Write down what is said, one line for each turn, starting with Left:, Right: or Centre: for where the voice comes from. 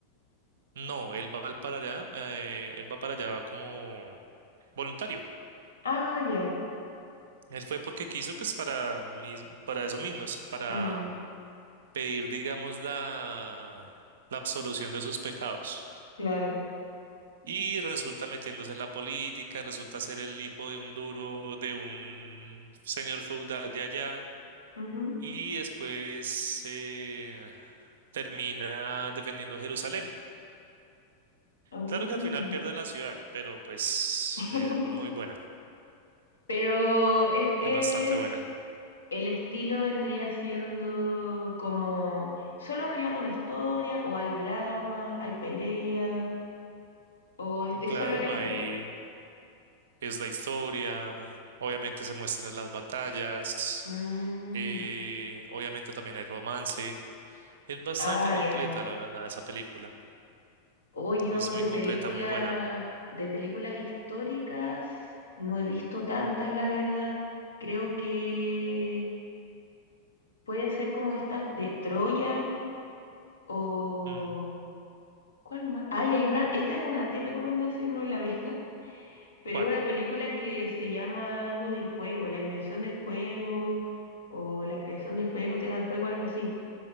Right: No, él va al- para allá, eh, él va para allá como voluntario.
Left: Ah, ya.
Right: Él fue porque quiso, pues para, mis- para eso mismo, es para
Left: Mm,
Right: pedir, digamos, la, la absolución de sus pecados.
Left: claro.
Right: Y resulta metiéndose en la política, resulta ser el hijo de un duro, de un señor feudal de allá,
Left: Ujú.
Right: y después eh, termina defendiendo Jerusalén.
Left: Uh.
Right: Claro que al final pierden la ciudad, pero pues
Left: <laughs>
Right: es muy buena,
Left: Pero es, es,
Right: es bastante buena.
Left: el estilo vendría siendo como, ¿solo relata una historia o hay drama, hay pelea o es,
Right: Y
Left: es
Right: Claro,
Left: solo la historia?
Right: ahí es la historia, obviamente se muestran las batallas,
Left: Mm,
Right: eh, obviamente también hay romance. Es bastante
Left: ah, ya.
Right: completa, la verdad, esa película.
Left: O yo
Right: Es
Left: de
Right: muy completa,
Left: películas,
Right: muy buena.
Left: de películas históricas no he visto tantas, la verdad. Creo que pueden ser como estas de Troya o...
Right: Mm,
Left: ¿Cuál más? Ay, hay una, esta es una anti-recomendación, no la veo. Pero
Right: ¿Cuál?
Left: es una película que se llama algo del fuego, la invención del fuego o la creación del fuego, tierra del fuego, algo así.